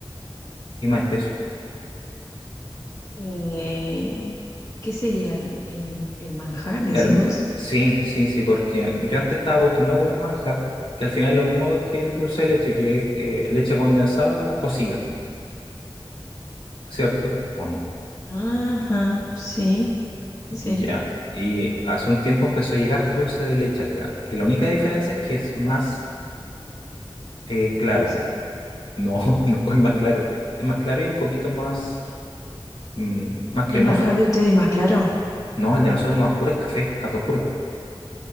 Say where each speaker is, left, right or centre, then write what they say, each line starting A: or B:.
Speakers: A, on the left (about 85°); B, on the left (about 35°).
A: y más espeso.
B: Eh, ¿qué sería el, el- el manjar, decís
A: El...
B: vos?
A: Sí, sí, sí, porque yo antes estaba acostumbrado a comer manjar, que al final es lo mismo que el dulce
B: Mm.
A: de leche, que es que leche condensada cocida, ¿cierto? ¿O no?
B: Ajá, sí, sí.
A: Ya. Y hace un tiempo empezó a llegar dulce de leche acá. Y la única diferencia es que es más eh, claro.
B: dulce.
A: No, <laughs> no, es más claro. Es más claro y un poquito más, mm, más cremoso.
B: El manjar de ustedes es más claro.
A: No, el de nosotros es más oscuro, es café, café oscuro.